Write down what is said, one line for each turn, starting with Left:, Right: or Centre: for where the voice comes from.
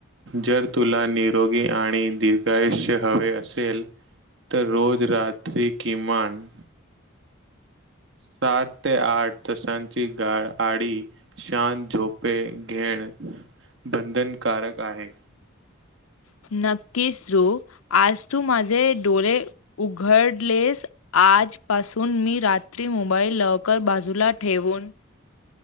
Right: जर तुला निरोगी आणि दीर्घायुष्य हवे असेल तर रोज रात्री किमान सात ते आठ तासांची गाढ आडी शांत झोपे घेण बंधनकारक आहे
Left: नक्कीच रु आज तू माझे डोळे उघडलेस आजपासून मी रात्री मोबाईल लवकर बाजूला ठेवून